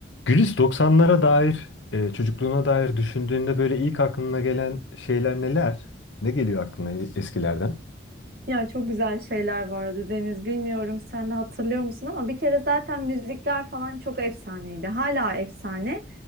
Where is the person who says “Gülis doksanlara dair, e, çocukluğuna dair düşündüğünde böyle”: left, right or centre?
Left